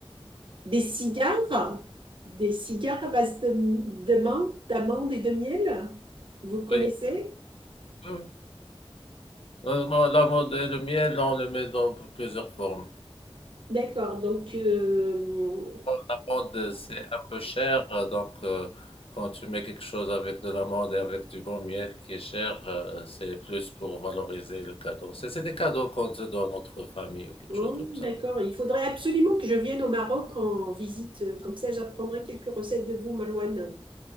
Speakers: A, on the right (about 55°); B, on the left (about 65°).
A: des cigares, des cigares à base de, de menthe, d'amande et de miel. Vous connaissez?
B: Oui, oui, oui. Euh, moi, La mode et le miel, on le met dans plusieurs formes.
A: D'accord, donc, euh,
B: La mode, c'est un peu cher, euh, donc euh, quand tu mets quelque chose avec de l'amande et avec du bon miel qui est cher, euh, c'est plus pour valoriser le cadeau. C'est c'est des cadeaux qu'on se donne entre famille ou quelque
A: bon,
B: chose comme ça.
A: d'accord, il faudrait absolument que je vienne au Maroc en visite, comme ça j'apprendrai quelques recettes de vous, Malouane.